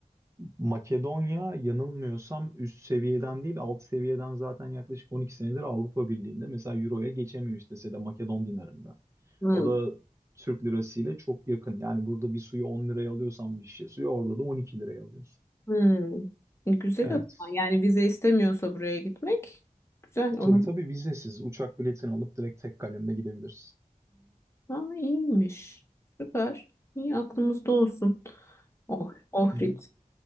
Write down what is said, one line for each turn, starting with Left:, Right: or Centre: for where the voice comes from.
Right: Makedonya yanılmıyorsam üst seviyeden değil alt seviyeden zaten yaklaşık 12 senedir Avrupa Birliği'nde mesela Euro'ya geçemiyor istese de Makedon dinarında.
Left: Hmm.
Right: O da Türk lirası ile çok yakın. Yani burada bir suyu 10 liraya alıyorsan bir şişe suyu orada da 12 liraya alıyorsun.
Left: Hmm. E, güzel
Right: Evet.
Left: o zaman. Yani vize istemiyorsa buraya gitmek güzel. Onu
Right: Tabii tabii vizesiz uçak biletini alıp direkt tek kalemle gidebilirsin.
Left: Aa iyiymiş. Süper. İyi aklımızda olsun. Oh, Ohrid.
Right: Hı hı.